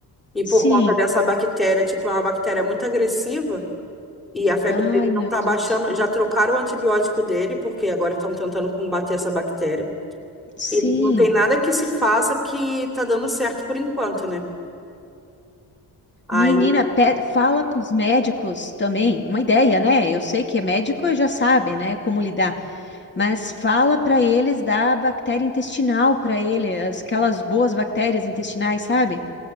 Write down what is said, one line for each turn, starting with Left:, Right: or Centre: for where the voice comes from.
Centre: E
Left: Sim.
Centre: por conta dessa bactéria, tipo, é uma bactéria muito agressiva, e a febre
Left: Ai,
Centre: dele não
Left: meu
Centre: tá
Left: Deus.
Centre: baixando, já trocaram o antibiótico dele, porque agora estão tentando combater essa bactéria.
Left: Sim.
Centre: E não tem nada que se faça que tá dando certo por enquanto, né? Aí,
Left: Menina, pe- fala com os médicos também. Uma ideia, né? Eu sei que é médico e já sabe, né, como lidar. Mas fala para eles da bactéria intestinal para ele, as- aquelas boas bactérias intestinais, sabe?